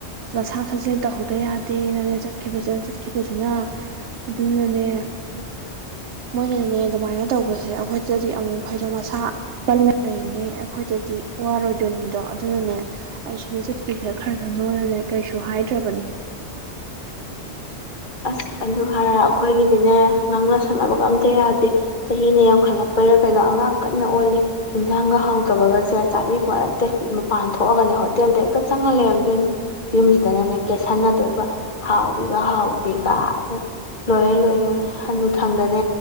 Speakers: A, on the right; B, on the left.
A: ꯃꯁꯥ ꯁꯥꯖꯦꯜ ꯇꯧꯍꯧꯗ ꯌꯥꯗꯦꯅꯅꯦ ꯆꯠꯈꯤꯁꯤꯅ ꯆꯠꯈꯤꯕꯁꯤꯅ ꯑꯗꯨꯅꯅꯦ ꯃꯣꯏꯅꯅꯦ ꯑꯗꯨꯃꯥꯏꯅ ꯇꯧꯕꯁꯦ ꯑꯩꯈꯣꯏ ꯖꯗꯤ ꯑꯃꯨꯛ ꯐꯩꯗ ꯃꯁꯥ ꯀꯟꯅ ꯂꯩꯔꯤꯉꯩ ꯑꯩꯈꯣꯏꯗꯗꯤ ꯋꯥꯔꯣꯏꯗꯣꯏꯅꯤꯗꯣ ꯑꯗꯨꯅꯅꯦ ꯑꯩꯁꯨꯅꯦ ꯆꯠꯀꯦ ꯆꯠꯈ꯭ꯔ ꯖꯅꫭꯅ ꯅꯦ ꯀꯩꯁꯨ ꯍꯥꯏꯗ꯭ꯔꯕꯅꯤ
B: ꯑꯁ ꯑꯗꯨ ꯍꯥꯏꯔ ꯑꯩꯈꯣꯏꯒꯤꯗꯤꯅꯦ ꯉꯪꯅ ꯁꯥꯛꯅꯕꯒ ꯑꯝꯇ ꯌꯥꯗꯦ ꯆꯍꯤꯅꯦ ꯌꯥꯝꯈꯠꯂꯛꯄꯩꯔꯥ ꯀꯩꯅꯣ ꯑꯉꯥꯡ ꯀꯟꯅ ꯑꯣꯜꯂꯤ ꯏꯟꯖꯡꯒ ꯍꯥꯎꯇꯕꯒꯁꯦ ꯆꯥꯕꯤꯕꯣ ꯅꯠꯇꯦ ꯃꯄꯥꯟ ꯊꯣꯛꯑꯒꯅꯦ ꯍꯣꯇꯦꯜꯗ ꯍꯦꯛꯇ ꯆꯪꯉ ꯂꯩꯔꯝꯗꯣꯏꯅꯦ ꯌꯨꯝꯖꯤꯗꯅꯅꯦ ꯀꯦꯁꯥꯟꯟꯅꯗꯣꯏꯕ ꯍꯥꯎꯏꯒ ꯍꯥꯎ ꯇꯦꯀꯥ ꯂꯣꯏꯔꯦ ꯂꯣꯏꯔꯦ ꯍꯅꯨ ꯊꯪꯗꯅꯦ